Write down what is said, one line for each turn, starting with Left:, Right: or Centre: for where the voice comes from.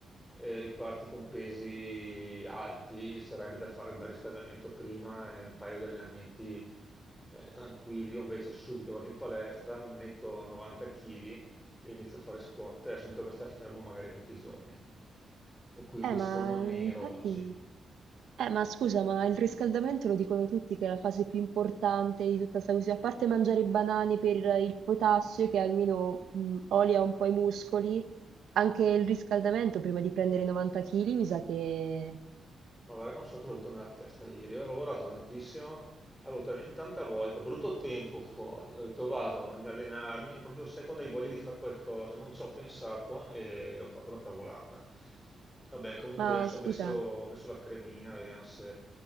Centre: eh, riparti con pesi alti, sarebbe da fare il bel riscaldamento prima e un paio di allenamenti eh, tranquilli. Io invece subito vado in palestra, metto 90 kg e inizio a fare squat e subito che star fermo magari 20 giorni. E quindi
Right: Eh, ma
Centre: sono nero
Right: mhmm, infatti,
Centre: oggi.
Right: eh, ma scusa, ma il riscaldamento lo dicono tutti che è la fase più importante di tutta questa questione, a parte mangiare i banani per il potassio che almeno mh, olia un po' i muscoli, anche il riscaldamento prima di prendere i 90 kg mi sa che...
Centre: Ma guarda, non so cosa ho avuto nella testa ieri. Ho lavorato tantissimo, avevo talmente tanta voglia, poi brutto tempo fuori. Ho detto vado ad allenarmi, proprio sai quando hai voglia di fare qualcosa. Non ci ho pensato e ho fatto la cavolata. Vabbè, comunque
Right: Ma
Centre: adesso
Right: scusa,
Centre: ho messo, ho messo la cremina, vediamo se,